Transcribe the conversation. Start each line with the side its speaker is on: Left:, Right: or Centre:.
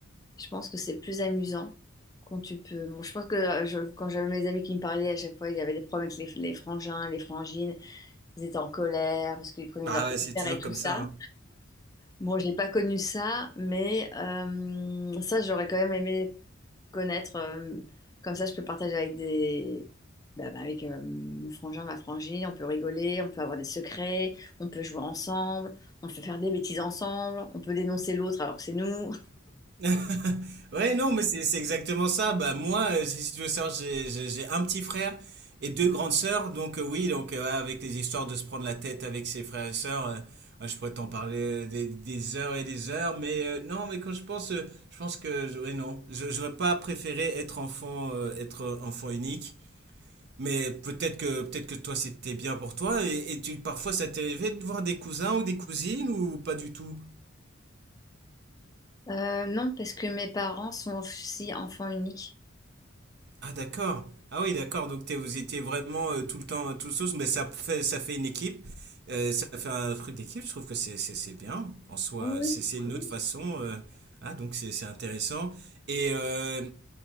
Left: je pense que c'est plus amusant quand tu peux. Bon, je pense que euh, je- quand j'avais mes amis qui me parlaient à chaque fois, il y avait des problèmes avec les, les frangins, les frangines, ils étaient en colère parce qu'ils prenaient
Right: Ah
Left: leur
Right: ouais, c'est
Left: père
Right: toujours
Left: et tout
Right: comme
Left: ça.
Right: ça, hein.
Left: Bon, j'ai pas connu ça, mais euh, ça, j'aurais quand même aimé connaître. euh, comme ça, je peux partager avec des... bah, bah, avec euh, mon frangin, ma frangine. On peut rigoler, on peut avoir des secrets, on peut jouer ensemble, on peut faire des bêtises ensemble, on peut dénoncer l'autre alors que c'est nous.
Right: <laughs> Ouais, non, mais c'est c'est exactement ça. Bah, moi, euh, si si tu veux savoir, j'ai j'ai- j'ai un petit frère et deux grandes sœurs. Donc, euh, oui, donc, euh, ouais, avec les histoires de se prendre la tête avec ses frères et sœurs, euh, ouais, je pourrais t'en parler euh, des, des heures et des heures. Mais euh, non, mais quand je pense, euh, je pense que, je- ouais, non, Je- j'aurais pas préféré être enfant, euh, être enfant unique. Mais peut-être que, peut-être que toi, c'était bien pour toi. Et, et tu, parfois, ça t'est arrivé de voir des cousins ou des cousines ou pas du tout?
Left: Euh, non, parce que mes parents sont aussi enfants uniques.
Right: Ah d'accord. Ah oui, d'accord. Donc t'es- vous étiez vraiment euh, tout le temps euh, tout sauce, mais ça fait ça fait une équipe. Euh, ça fait un truc d'équipe. Je trouve que c'est c'est c'est bien. En soi,
Left: Oui, oui.
Right: c'est c'est une
Left: oui.
Right: autre façon. euh. Ah donc c'est c'est intéressant. Et euh,